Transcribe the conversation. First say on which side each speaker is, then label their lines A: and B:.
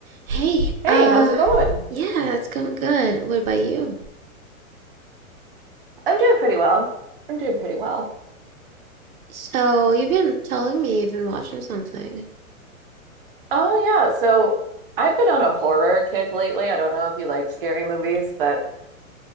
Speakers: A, on the right (about 70°); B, on the right (about 40°).
A: Hey,
B: Hey,
A: uh,
B: how's it going?
A: yeah, it's going good. What about you?
B: I'm doing pretty well. I'm doing pretty well.
A: So, you've been telling me you've been watching something.
B: Oh yeah, so I've been on a horror kick lately. I don't know if you like scary movies, but